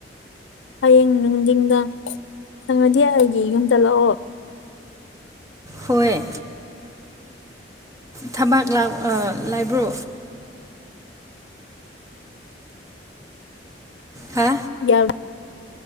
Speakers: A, on the left (about 80°); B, on the right (about 15°).
A: ꯍꯌꯦꯡ ꯅꯨꯡꯊꯤꯡꯗ ꯁꯪꯉꯗꯤ ꯑꯩꯒꯤ ꯌꯨꯝꯗ ꯂꯥꯛꯑꯣ
B: ꯍꯣꯏ ꯊꯕꯥꯛ ꯂꯥꯛꯄ ꯂꯥꯏꯕ꯭ꯔꯣ ꯍꯥ
A: ꯌꯥꯎ